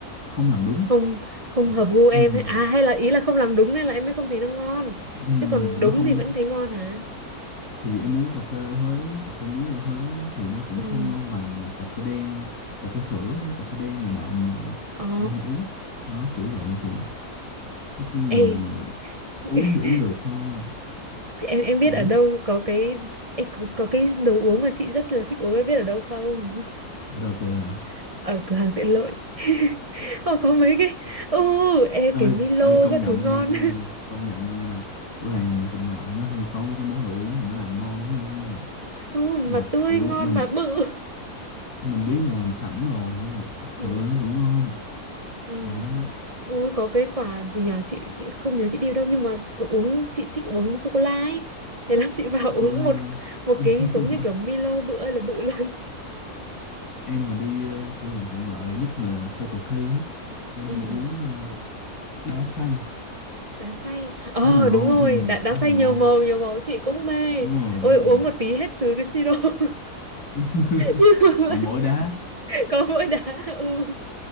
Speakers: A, on the left; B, on the right.
A: không làm đúng
B: không không
A: Cà
B: hợp
A: phê-
B: gu em
A: ừm,
B: ấy à hay là ý là không làm đúng nên là em mới không thấy nó ngon
A: ừm,
B: chứ còn đúng
A: nó không
B: thì vẫn thấy ngon hả
A: thì em uống cà phê ở Huế đó, cà phê muối ở Huế đó thì nó cũng
B: ừ
A: không ngon bằng là cà phê đen, cà phê sữa với cà phê đen này nọ mà
B: ồ
A: em hay uống. Đó kiểu vậy thì nói chung là
B: ê <laughs>
A: uống thì uống được thôi.
B: em em biết
A: Ừ,
B: ở đâu có cái ê, có, có cái đồ uống mà chị rất là thích uống em biết ở đâu không
A: ở đâu kìa.
B: <laughs> ở cửa hàng tiện lợi <laughs> họ có mấy cái ừ ê
A: Ê,
B: cái Milo
A: ê công
B: các
A: nhận
B: thứ ngon
A: nha, công nhận nha. Cửa hàng tiện lợi nó hay có mấy cái món đồ uống mà nó làm ngon lắm nha.
B: ừ, mà
A: Mà
B: tươi
A: kiểu
B: ngon
A: mình
B: mà bự
A: mình biết là làm sẵn rồi nhưng mà thật sự
B: ừ.
A: là nó vẫn ngon.
B: Ừ.
A: Đó,
B: Ui, có cái quả gì nhở chị chị không nhớ chị điều đâu nhưng mà có uống chị thích uống sô cô la ấy thế là chị vào
A: sô
B: <laughs> uống
A: cô la.
B: một một
A: <laughs>
B: cái giống như kiểu Milo bự ơi là bự luôn
A: em mà đi ờ, cửa hàng tiện lợi nhất là Circle K á em
B: ừ.
A: hay uống ờ, đá xay
B: đá xay ờ
A: khá là ngon
B: đúng rồi
A: ừ,
B: đá, đá
A: khá
B: xay
A: là ngon
B: nhiều màu nhiều màu chị cũng mê
A: đúng rồi đúng
B: ôi uống
A: rồi
B: một tí hết sứ cái siro <laughs>
A: <laughs>
B: nhưng
A: còn
B: mà
A: mỗi đá
B: có mỗi đá ừ